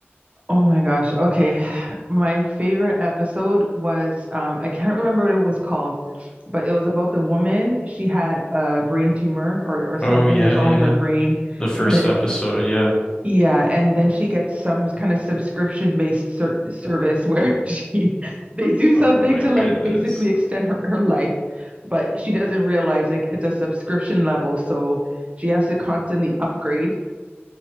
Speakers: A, on the right; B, on the left.
A: Oh my gosh. Okay. <sighs> My favorite episode was um I can't remember what it was called, but it was about the woman. She had a brain tumor or or something
B: Oh yeah,
A: was wrong
B: yeah.
A: with her brain.
B: The first
A: and.
B: episode, yeah.
A: Yeah, and then she gets some kind of subscription-based ser service where <laughs> she they do
B: Oh
A: something
B: my
A: to like
B: goodness.
A: basically extend her, her life, but she doesn't realize like it's a subscription level, so she has to constantly upgrade